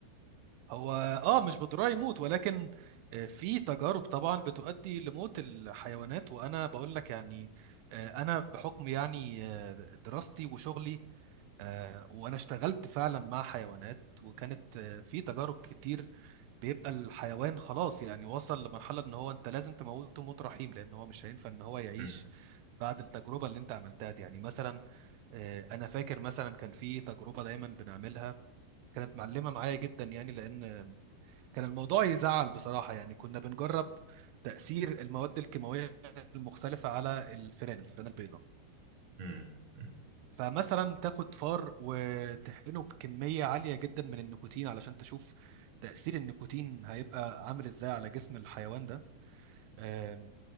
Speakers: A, on the right (about 85°); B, on the right (about 45°).
A: هو اه مش بضرورة يموت ولكن آه، في تجارب طبعا بتؤدي لموت الحيوانات وانا بقول لك يعني آه، انا بحكم يعني آه، دراستي وشغلي آه، وانا اشتغلت فعلا مع حيوانات وكانت آه، في تجارب كتير بيبقى الحيوان خلاص يعني وصل لمرحلة ان هو انت لازم تموته موت رحيم لان هو مش هينفع ان هو يعيش
B: مم.
A: بعد التجربة اللي انت عملتها دي يعني مثلا آه، انا فاكر مثلا كان في تجربة دايما بنعملها كانت معلمة معايا جدا يعني لان آه، كان الموضوع يزعل بصراحة يعني كنا بنجرب تأثير المواد الكيماوية المختلفة على الفئران الفئران البيضاء
B: مم. مم.
A: فمثلا تاخد فار وتحقنه بكمية عالية جدا من النيكوتين علشان تشوف تأثير النيكوتين هيبقى عامل ازاي على جسم الحيوان ده آم،